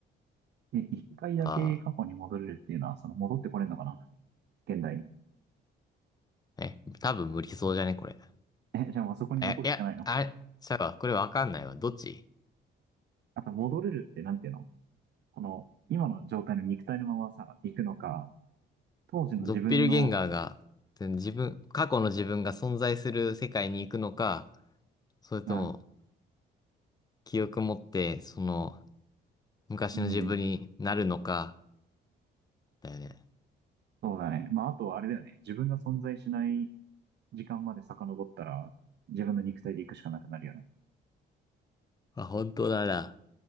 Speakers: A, on the right (about 60°); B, on the left (about 20°).
A: え、一回だけ過去に戻れるっていうのは、
B: あ
A: その戻ってこれるのかな現代に。
B: ー。え、多分無理そうじゃね、これ。
A: え、じゃあもうそこに残るしかないの
B: え、いや、あれ、ちゃうわ。これわかんないわ。どっち
A: あと戻れるってなんていうのこの、今の状態の肉体のままさ、行くのか、当時の自分の、
B: ドッペルゲンガーが、自分、過去の自分が存在する世界に行くのか、それとも、
A: あ、
B: 記憶持って、その、昔の自分になるのか、
A: うん、
B: だよね。
A: そうだね。まあ、あとあれだよね。自分が存在しない時間まで遡ったら、自分の肉体で行くしかなくなるよね。
B: あ、本当だな。